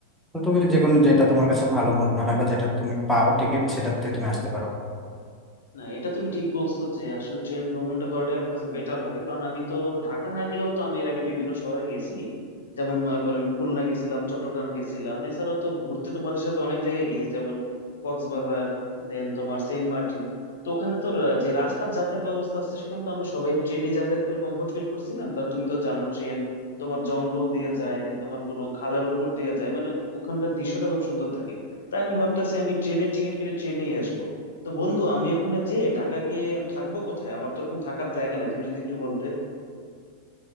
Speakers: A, in the centre; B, on the left.
A: তো তুমি যে কোনো যেটা তোমার কাছে ভালো মনে হয় বা যেটা তুমি পাও টিকিট সেটাতে তুমি আসতে পারো
B: না এটা তুমি ঠিক বলছো যে আসলে ট্রেন ভ্রমণটা করাটাই আমার কাছে বেটার হবে কারণ আমি তো ঢাকা না গেলেও তো আমি এর আগে বিভিন্ন শহরে গেছি যেমন মনে করো আমি খুলনা গেছিলাম চট্টগ্রাম গেছিলাম এছাড়া তো ঘুরতে তোমাদের সাথে অনেক জায়গায় গেছি যেমন কক্সবাজার দেন তোমার সেন্ট মার্টিন তো ওখানে তো রা- যে রাস্তার যাতায়াত ব্যবস্থা আছে সেখানে তো আমরা সবাই ট্রেনে যাতায়াত করে কমফোর্ট ফিল করছিলাম কারণ তুমি তো জানো ট্রেন তোমার জঙ্গল দিয়ে যায় দেন তোমার কোনো খালের উপর দিয়ে যায় মানে ওখানকার দৃশ্যটা খুব সুন্দর থাকে তাই আমি ভাবতেছি আমি ট্রেনের টিকিট কেটে ট্রেনেই আসবো তো বন্ধু আমি ওখানে যে ঢাকা গিয়ে থাকবো কোথায় আমার তো ওরকম থাকার জায়গা নাই তুমি যদি একটু বলতে